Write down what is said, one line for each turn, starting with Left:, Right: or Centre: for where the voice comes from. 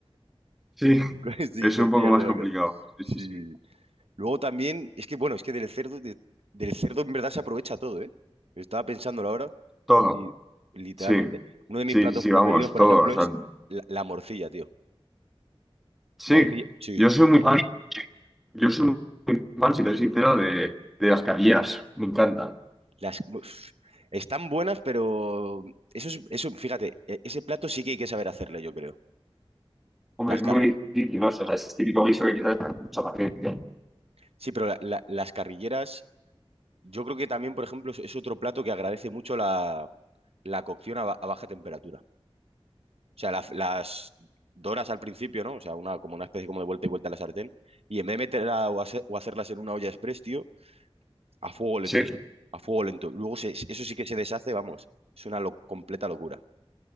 Centre: Sí,
Right: <laughs> Sí,
Centre: es
Right: costillar
Centre: un poco más
Right: de vaca.
Centre: complicado. Sí,
Right: Sí,
Centre: sí,
Right: sí,
Centre: sí.
Right: sí. Luego también, es que bueno, es que del cerdo, de- del cerdo en verdad se aprovecha todo, ¿eh? Estaba pensándolo ahora
Centre: Todo,
Right: y literalmente.
Centre: sí.
Right: Uno de mis
Centre: Sí,
Right: platos
Centre: sí, sí,
Right: preferidos,
Centre: vamos,
Right: por
Centre: todo.
Right: ejemplo,
Centre: O sea,
Right: es la, la morcilla, tío.
Centre: Sí,
Right: Morcilla, sí,
Centre: yo soy muy fan, yo soy muy fan, si te soy sincero, de, de las caviar. Me encantan.
Right: Las, uf, están buenas, pero eso es, eso, fíjate, e- ese plato sí que hay que saber hacerle, yo creo.
Centre: Hombre,
Right: Las
Centre: es
Right: carri-
Centre: muy difícil, ¿no? O sea, es típico guiso que quizás no mucha paciencia.
Right: sí, pero la- la- las carrilleras, yo creo que también, por ejemplo, es, es otro plato que agradece mucho la, la cocción a, ba- a baja temperatura. O sea, la- las doras al principio, ¿no? O sea, una, como una especie como de vuelta y vuelta a la sartén. Y en vez de meterla o, hace- o hacerlas en una olla express, tío, a fuego lento.
Centre: Sí, sí,
Right: A fuego lento. Luego se- eso sí que se deshace, vamos. Es una lo- completa locura,